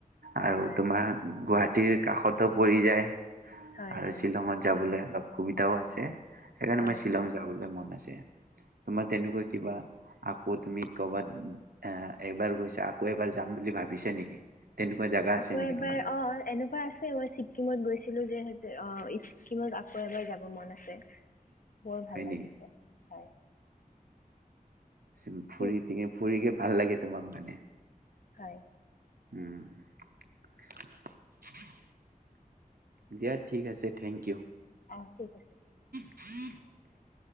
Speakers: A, on the left (about 65°); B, on the right (about 85°).
A: হয়
B: আৰু
A: হয়
B: তোমাৰ গুৱাহা টীৰ কাষতো পৰি যায়।
A: হয়
B: আৰু
A: হয়
B: শ্বিলংত যাবলৈ অলপ সুবিধাও আছে। সেইকাৰণে
A: হয়
B: মই শ্বিলং যাবলৈ মন আছে। তোমাৰ তেনেকুৱা কিবা? আকৌ তুমি ক'ৰবাত এ এবাৰ গৈছা, আকৌ এবাৰ যাম বুলি ভাবিছা নেকি? তেনেকুৱা জাগা আছে
A: আকৌ
B: নেকি
A: এবাৰ
B: তোমাৰ
A: অ এনেকুৱা আছে, মই ছিকিমত গৈছিলোঁ যে অ, ছিকিমত আকৌ এবাৰ যাব মন আছে। বৰ
B: হয়
A: ভাল
B: নেকি
A: লাগিছে, হয়।
B: চিম ফুৰি
A: ঠিক
B: টিঙে ফুৰি কেপ <unintelligible>
A: হয়।
B: <unintelligible> দিয়া ঠিক‌ আছে, থেংক ইউ।
A: <unintelligible>
B: <unintelligible>